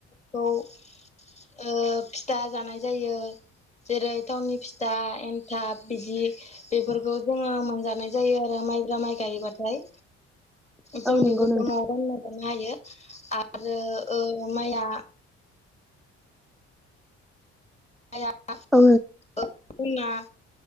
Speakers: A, on the left (about 20°); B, in the centre.
A: खौ ओ फिथा जानाय जायो। जेरै -थावनि फिथा एन्थाब बिदि बेफोरखौ जोङो मोनजानाय जायो आरो माइब्रा माइ गायोबाथाय।
B: औ
A: जों
B: नंगौ
A: बेफोरखौ
B: नोंथां
A: न'आव बानायना जानो हायो आरो ओ माइया माइआ
B: औ
A: ओ जोंना